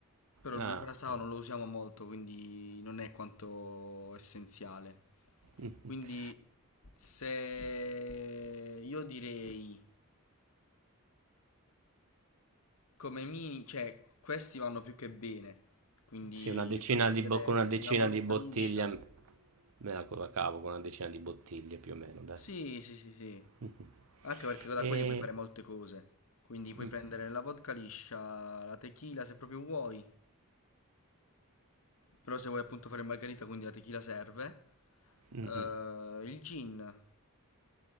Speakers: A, on the left; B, on the right.
A: Però il
B: Ah,
A: blu carasao
B: o
A: non lo usiamo molto, quindi non è quanto essenziale.
B: mh-mh.
A: Quindi se io direi come mini, cioè questi vanno più che bene. Quindi
B: Sì, una decina
A: puoi prendere
B: di bo con una decina
A: la vodka
B: di bottiglie
A: liscia.
B: m me la co la cavo con una decina di bottiglie più o meno, dai.
A: Sì, sì, sì, sì.
B: Mh-mh.
A: Anche perché da
B: E
A: quelli puoi fare molte cose. Quindi puoi
B: mh,
A: prendere la vodka liscia, la tequila se proprio vuoi. Però se vuoi appunto fare margarita, quindi la tequila serve.
B: mh-mh,
A: Eh, il gin,